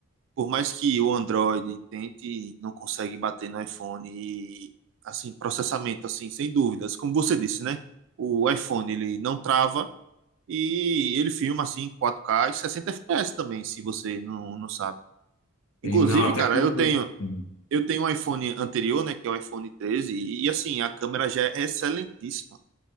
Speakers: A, on the right; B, on the left.
A: Por mais que o Android tente, não consegue bater no iPhone e, assim, processamento, assim, sem dúvidas. Como você disse, né? O iPhone, ele não trava e ele filma, assim, em 4K e 60 FPS também, se você não, não sabe. Inclusive,
B: E não, a
A: cara,
B: tecnologia.
A: eu tenho
B: Sim,
A: eu tenho um iPhone anterior, né, que é o iPhone 13, e, assim, a câmera já é excelentíssima.